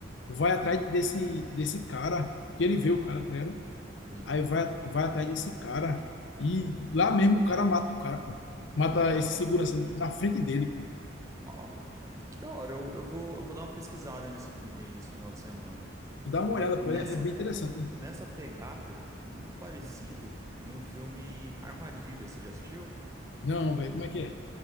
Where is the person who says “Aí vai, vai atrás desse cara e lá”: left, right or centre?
Left